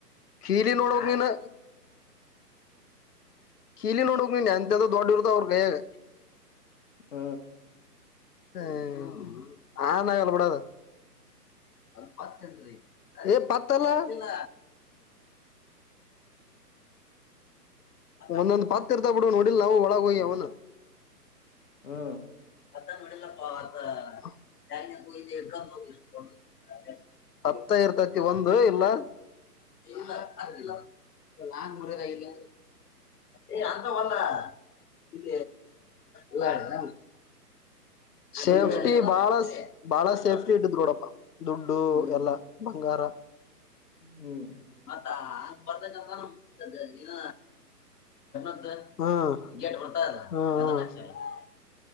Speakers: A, on the left (about 70°); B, on the left (about 50°).
A: ಕೀಲಿ ನೋಡ ನೀನು ಕೀಲಿ ನೋಡ ಮೆಯ ಅಂತ ದೊಡ್ಡೂರುದ ಅವ ಗಾಗ
B: ಹ
A: ಹ್ಮ ಆ ನ ಎಲ್ಲ ಬಡದ ಅದು ಪಂತ ಅೇ ಪತಲ್ಲ ಇಲ್ಲ ಒಂದೊಂದ್ ಪತ್ ಇರ್ತ ಬಿಡು ನೋಡಿ. ನವು ವಳಾಗ ಅವನ.
B: ಹಾ
A: ಅತ್ತ ನಡಲ್ಲ ಅಪ್ಪ ಅದ <unintelligible> ಹತ್ತ ಇರ್ತತಿ ಒಂದು ಇಲ್ಲ. ಇಲ್ಲ ಅಲ್ಲಲ್ಲ ನಾನು ಒರ ರಾಗಿ ಇಲ್ಲ. ಏ ಅಂತವಲ್ಲ ಇ ಉದಾಹರಣ. ಸೇಫ್ಟಿ
B: ಹಲೋ
A: ಬಹಳ ಬಾಳ ಸೇಫ್ಟಿ ಇಟ್ಟಿದೋಡಪ್ಪ. ದುಡ್ಡು
B: ಹ್ಮ್
A: ಎಲ್ಲಾ ಬಂಗಾರ.
B: ಹ್ಮ್
A: ಮತ್ತ ಹಂಗ ಬರ್ದ ನ ಇನ್ನ ನ್ದ ಹದ ಗೇಟ್ ಕೊಡ್ತ ಹಾ ಹಾ.